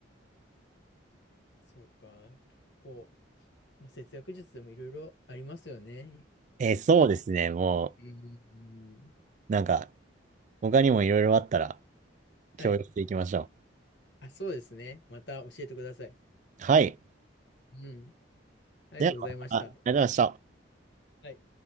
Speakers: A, on the left (about 65°); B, on the right (about 40°).
A: そうか。結構、まあ、節約術でもいろいろありますよね。
B: えーそうですね。も
A: うーん。
B: う、なんか、他にもいろいろあったら
A: はい。
B: 共有していきましょ
A: あ、そうですね。また教えてください。
B: う。はい。
A: うん。ありがとうございました。
B: では、またありがとうございました。
A: はい